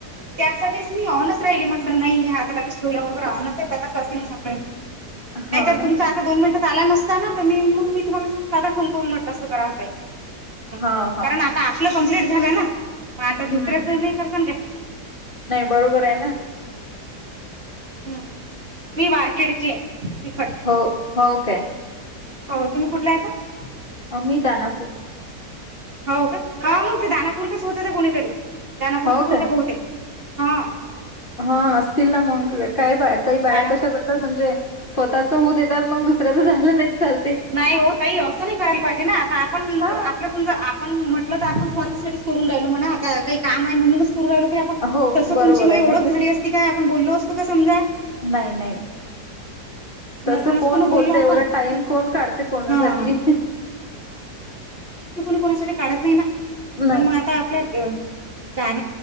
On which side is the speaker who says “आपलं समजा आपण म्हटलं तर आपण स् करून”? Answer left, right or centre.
Right